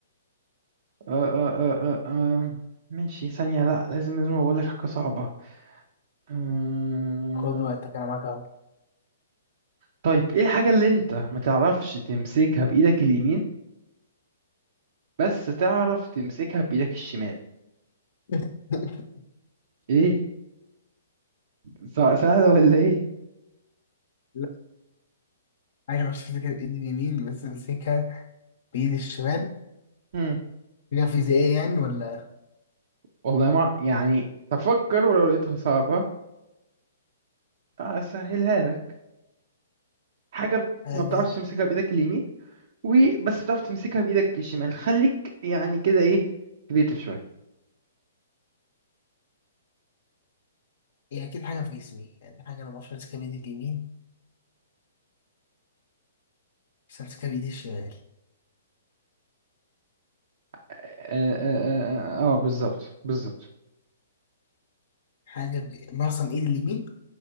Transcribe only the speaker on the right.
آه... آه... آه... آه... آه. ماشي ثانية لا لازم لازم اقول لك حاجة صعبة آه...
طيب ايه الحاجة اللي انت ما تعرفش تمسكها بايدك اليمين بس تعرف تمسكها بايدك الشمال
ايه س- سهلة ولا ايه
مم.
والله ما يعني تفكر ولو لقيتها صعبة اسهلها لك حاجة بت-
ما بتعرفش تمسكها بايدك اليمين وبس بتعرف تمسكها بايدك الشمال خليك يعني كده ايه كريتيف شويه
اه, آه, آه, آه, آه بالظبط بالظبط